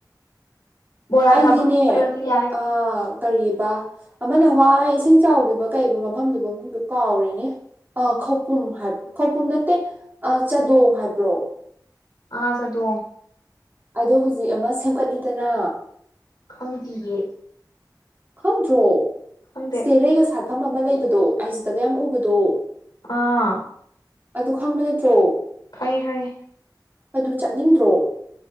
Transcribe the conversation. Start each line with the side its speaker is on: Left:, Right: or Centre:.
Left: ꯕꯣꯔꯥ
Right: ꯑꯩꯗꯤꯅꯦ
Left: ꯆꯥꯐꯝ ꯆꯠꯂꯁꯨ ꯌꯥꯏ
Right: ꯑ ꯀꯔꯤꯕ ꯑꯃꯅ ꯍꯋꯥꯏ ꯏꯁꯤꯡ ꯆꯥꯎꯈꯤꯕ ꯀꯩꯕ ꯃꯐꯝꯗꯨꯕꯨ ꯃꯤꯡꯗꯨ ꯀꯥꯎꯔꯤꯅꯦ ꯑ ꯈꯧꯄꯨꯝ ꯍꯥꯏꯕ ꯈꯧꯄꯨꯝ ꯅꯠꯇꯦ ꯑ ꯆꯥꯗꯣꯡ ꯍꯥꯏꯕ꯭ꯔꯣ
Left: ꯑꯥ ꯁ ꯇ
Right: ꯑꯗꯣ ꯍꯧꯖꯤꯛ ꯑꯃ ꯁꯦꯝꯒꯠꯂꯤꯗꯅ
Left: ꯈꯪꯗꯌꯦꯦ
Right: ꯈꯪꯗ꯭ꯔꯣ
Left: ꯈꯪꯗꯦ
Right: ꯆꯦꯔꯩꯒ ꯁꯥꯠꯐꯝ ꯑꯃ ꯂꯩꯕꯗꯣ ꯑꯩꯁꯤꯗꯒ ꯌꯥꯝ ꯎꯕꯗꯣ
Left: ꯑꯥ
Right: ꯑꯗꯨ ꯈꯪꯕ ꯅꯠꯇ꯭ꯔꯣ
Left: ꯈꯪꯉꯦ ꯈꯪꯉꯤ
Right: ꯑꯗꯨ ꯆꯠꯅꯤꯡꯗ꯭ꯔꯣ